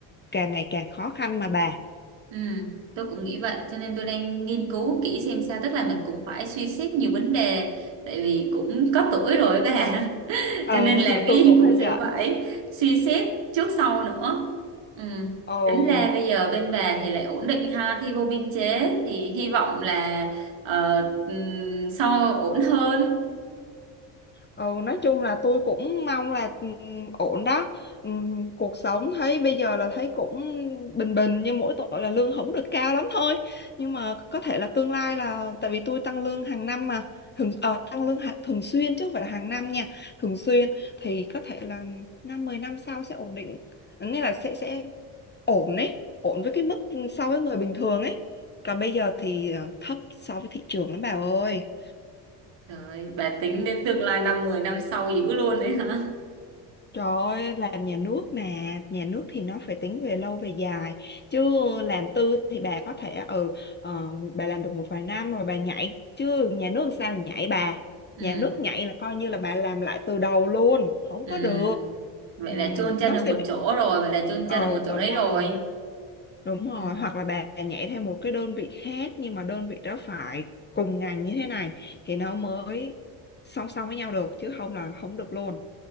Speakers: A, on the left (about 20°); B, on the right (about 60°).
A: càng ngày càng khó khăn mà bà
B: Ừ, tôi cũng nghĩ vậy cho nên tôi đang nghiên cứu kỹ xem sao tức là mình cũng phải suy xét nhiều vấn đề tại vì cũng có tuổi rồi ấy bà
A: ừ
B: cho nên
A: <laughs>
B: làm
A: tôi
B: cái gì
A: cũng
B: cũng
A: thấy
B: sẽ
A: vậy
B: phải suy xét trước sau nữa ừ.
A: ừ
B: tính ra bây giờ bên bà thì lại ổn định ha thi vô biên chế thì hy vọng là ờ, ừm, sau ổn hơn
A: ừ nói chung là tôi cũng mong là ừm, ổn đó Ừm, cuộc sống thấy bây giờ là thấy cũng bình bình nhưng mỗi tội là lương không được cao lắm thôi nhưng mà có thể là tương lai là tại vì tôi tăng lương hàng năm mà thường ờ, tăng lương hạ- thường xuyên chứ không phải là hàng năm nha thường xuyên thì có thể là năm 10 năm sau sẽ ổn định nghĩa là sẽ sẽ ổn ấy ổn với cái mức so với người bình thường ấy còn bây giờ thì ờ, thấp so với thị trường lắm bà ơi
B: rồi bà tính đến tương lai năm 10 năm sau dữ luôn đấy hả
A: Trời ơi, làm nhà nước mà, nhà nước thì nó phải tính về lâu về dài. Chứ làm tư thì bà có thể ừ ờ, bà làm được một vài năm rồi bà nhảy, chứ nhà nước sao nhảy bà.
B: ừ.
A: Nhà nước nhảy là coi như là bà làm lại từ đầu luôn, không
B: Ừ.
A: có được.
B: vậy
A: Ừ,
B: là chôn chân
A: nó
B: ở
A: sẽ
B: một
A: bị
B: chỗ rồi vậy là chôn
A: Ồ
B: chân ở một chỗ
A: đúng
B: đấy
A: rồi,
B: rồi
A: đúng rồi,
B: Ừ.
A: hoặc là bà nhảy theo một cái đơn vị khác nhưng mà đơn vị đó phải cùng ngành như thế này thì nó mới song song với nhau được chứ không là không được luôn.